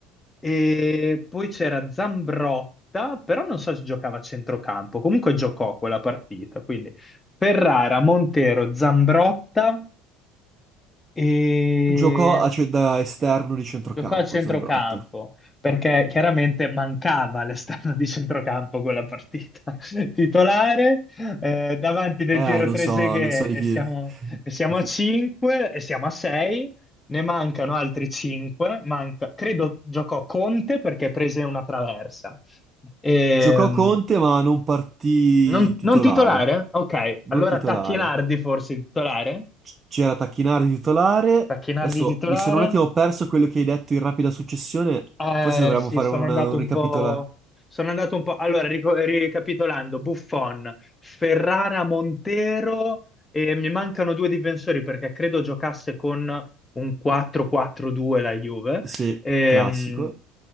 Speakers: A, on the left; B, on the right.
A: e poi c'era Zambrotta, però non so se giocava a centrocampo, comunque giocò quella partita, quindi Ferrara, Montero, Zambrotta e
B: Giocò a, cioè, da esterno di centrocampo,
A: Giocò a centrocampo
B: Zambrotta.
A: perché chiaramente mancava l'esterno di centrocampo quella partita <laughs> titolare. eh, davanti del
B: Eh,
A: Piero
B: non
A: Treseghe
B: so, non so di
A: e
B: chi.
A: siamo, e siamo
B: <laughs>
A: a 5 e siamo a 6, ne mancano altri 5. Manca, credo giocò Conte perché prese una traversa. Ehm,
B: Giocò Conte, ma non partì
A: non,
B: titolare.
A: non titolare? Ok, allora
B: Non titolare.
A: Tacchinardi forse titolare?
B: C- C'era Tacchinardi titolare.
A: Tacchinardi
B: Adesso
A: titolare?
B: mi sono un attimo perso quello che hai detto in rapida successione.
A: Eh,
B: Forse dovremmo
A: sì,
B: fare
A: sono
B: una-
A: andato
B: un
A: un
B: ricapitola.
A: po'. Sono andato un po'. Allora, rico- ricapitolando, Buffon, Ferrara, Montero e mi mancano due difensori perché credo giocasse con un 4-4-2 la Juve.
B: Sì,
A: Ehm,
B: classico.